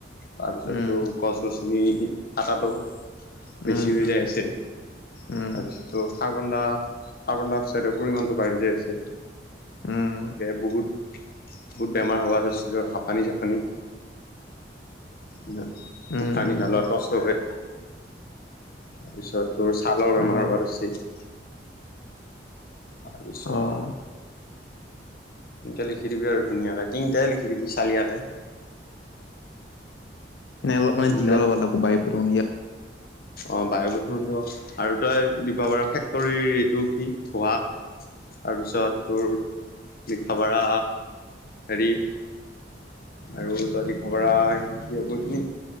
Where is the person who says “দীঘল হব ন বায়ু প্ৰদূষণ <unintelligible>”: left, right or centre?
Left